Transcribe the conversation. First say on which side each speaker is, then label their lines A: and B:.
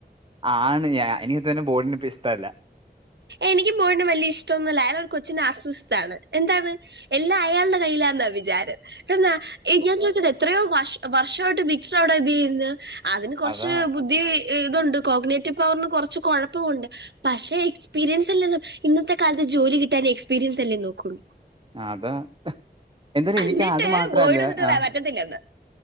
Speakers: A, on the right; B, on the right.
A: ആ ആണ് എനിക്ക് തന്നെ ബോയിഡിന ഇപ്പ ഇഷ്ടല്ല
B: എനികും ബോയിടിനെ വലിയ ഇഷ്ടംന്നൊ ല്ല അയാർ കൊച്ചിന് ആസ്വസ്താണ് എന്താണ് എല്ലാ അയാളുടെ കയ്യിലാന്ന വിചാരം എന്നാ ഇ ഞാൻ ചോയ്ക്കട്ട എത്രയോ വർഷ വർഷായിട്ട് വിക്ഷ് അവിടെ ഇത് ചെയ്യ്ന്ന് അതിന് കൊറ്ച്ച്
A: അതാ
B: ബുദ്ധി ഇതുണ്ട് കോഗ്നേറ്റീവ്പ്പം കൊറ്ച്ച് കൊഴപ്പുണ്ട് പക്ഷെ പീര്യൻയസ് ല്ലന്ന് ഇന്നത്തെ കാലത്ത് ജോലി കിട്ടാ എക്പീരിയൻസല്ലേ നോക്കോള്ളൂ
A: അതാ എന്താല് എനിക്ക്
B: എന്നിട്ട്
A: അത് മാത്രല്ല
B: ബോയിഡ് വന്നിട്ട് പറയാൻ
A: ആ
B: പറ്റത്തില്ലെന്ന്